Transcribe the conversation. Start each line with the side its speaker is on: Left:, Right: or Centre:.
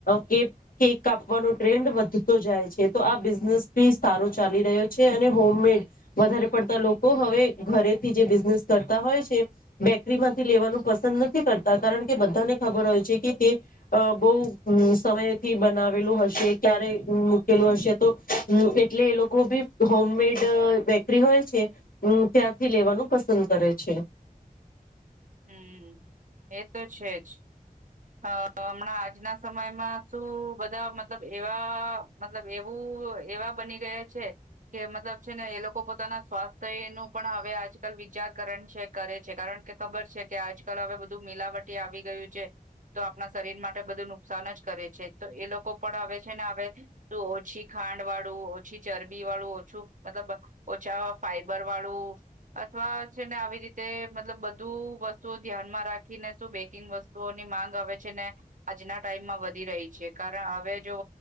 Left: કેક કેક કાપવા અનુ ટ્રેન્ડ વધતો જાય છે તો આ બિઝનેસ બી સારો ચાલી રહ્યો છે અને હોમ મે વધારે પડતા લોકો હવે ઘરેથી જે બિઝનેસ કરતા હોય છે બેકરી માંથી લી દેવાનું પસંદ નથી કરતા કારણ કે બધાને ખબર હોય છે કે તે અ બહુ સમયથી બનાવેલું હશે ક્યારે મૂકેલું હશે તો એટલે એ લોકો બી હોમમેડ ચલ બેકરી હોય છે હુ ત્યાારથી લેવાનું પસંદ કરે છે
Right: હમ એ તો છેજ અ અ હમણાં આજના સમયમાં શું બધા મતલબ એવા મતલબ એવું એવા બની ગયા છે કે મતલબ છે ને એ લોકો પોતાના સ્વાસ્થ્ય નો પણ હવે આજકાલ વિચાર કરણ છે કરે છે કારણ કે ખબર છે કે આજકાલ હવે બધું મિલાવટ તે આવી ગયું છે તો આપણા શરીર માટે બધું નુકસાન જ કરે છે તો એ લોકો પણ આવે છે આવે તું ઓછી ખાંડ વાળ તોઓછી ચરબી વાળું ઓછું મતલબ ઓછા ફાઈબર વાળું અથવા છે ને આવી રીતે મતલબ બધું વસ્તુઓ ધ્યાનમાં રાખીને શું બે કીન વસ્તુઓની માંગ આવે છે ને આજના ટાઈમમાં વધી રહી છે કારણ હવે જો